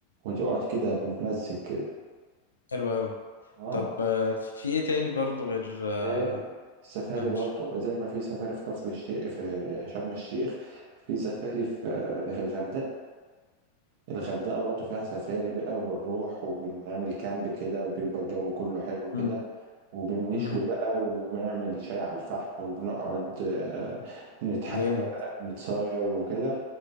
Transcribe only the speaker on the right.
وتقعد كده متمزج كده
اه
سفاري السفاري
برضه زي ما في سفاري في كفر الشيخ في شرم الشيخ في سفاري في في الغردقة الغردقة برضه فيها سفاري بقى وبنروح وبنعمل كامب كده وبيبقى الجو كله حلو كده
وبنشوي
بقى وبنعمل شاي على الفحم وبنقعد آه، نتحاكى
بقى نتصاير وكده